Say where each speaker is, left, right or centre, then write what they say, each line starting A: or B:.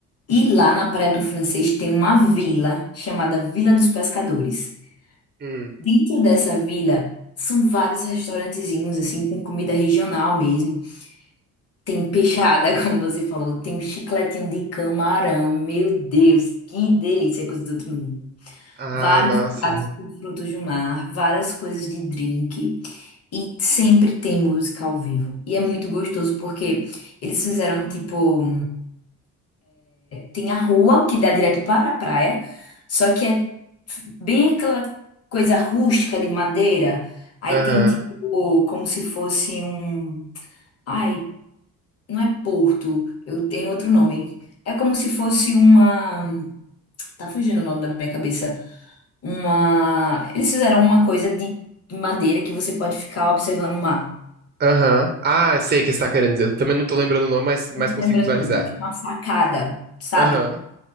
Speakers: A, on the left; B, on the right.
A: E lá na Praia do Francês tem uma vila chamada Vila dos Pescadores.
B: Hum.
A: Dentro dessa vila são vários restaurantezinhos, assim, com comida regional mesmo. Tem peixada, <laughs> como você falou. Tem um chicletinho de camarão. Meu Deus, que delícia, coisa do outro mundo.
B: Ai,
A: Vários
B: nossa.
A: pratos com frutos do mar, várias coisas de drink. E sempre tem música ao vivo. E é muito gostoso porque eles fizeram tipo. Tem a rua que dá direto para a praia, só que é bem aquela coisa rústica de madeira. Aí
B: Aham.
A: tem tipo como se fosse um. Ai. Não é Porto, eu tenho outro nome. É como se fosse uma. Tá fugindo o nome da minha cabeça. Uma. Eles fizeram uma coisa de madeira que você pode ficar observando o mar.
B: Aham. Ah, sei o que você tá querendo dizer. Eu também não tô lembrando o nome, mas, mas
A: Não
B: consigo
A: tô lembrando
B: visualizar.
A: o nome, é tipo uma sacada, sabe?
B: Aham.